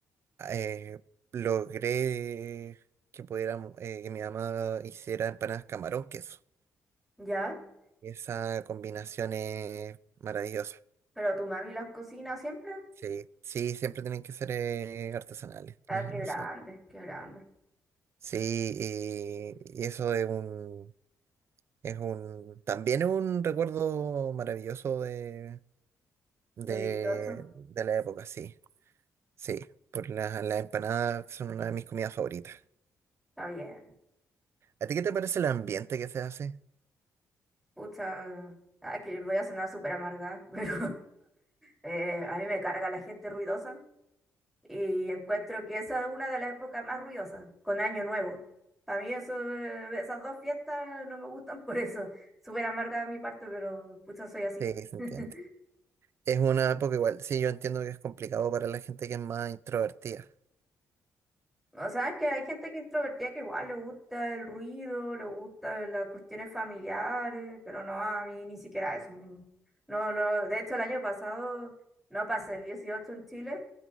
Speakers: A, on the right (about 45°); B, in the centre.
A: eh, logré que pudiéramos, eh, que mi mamá hiciera empanadas camarón queso.
B: ¿Ya?
A: Y esa combinación es maravillosa.
B: Pero tu mami las cocina siempre.
A: Sí, sí, siempre tienen que ser eh, artesanales.
B: Ah,
A: Ajá,
B: qué grande,
A: sí.
B: qué grande.
A: Sí, y, y eso es un, es un, también es un recuerdo maravilloso de, de,
B: De dieciocho,
A: de la época, sí. Sí, por las las empanadas son una de mis comidas favoritas.
B: Está bien.
A: ¿A ti qué te parece el ambiente que se hace?
B: Pucha. Ah, que voy a sonar súper amargada, <laughs> pero eh, a mí me carga la gente ruidosa. Y encuentro que esa es una de las épocas más ruidosas, con Año Nuevo. Para mí eso, eh, esas dos fiestas no me gustan por eso. Súper amarga de mi parte, pero pucha, soy así.
A: Sí, se entiende.
B: <laughs>
A: Es una época igual, sí, yo entiendo que es complicado para la gente que es más introvertida.
B: O sea, es que hay gente que es introvertida que igual le gusta el ruido, le gustan las cuestiones familiares, pero no, a mí ni siquiera eso. No, no, no. De hecho, el año pasado no pasé el 18 en Chile,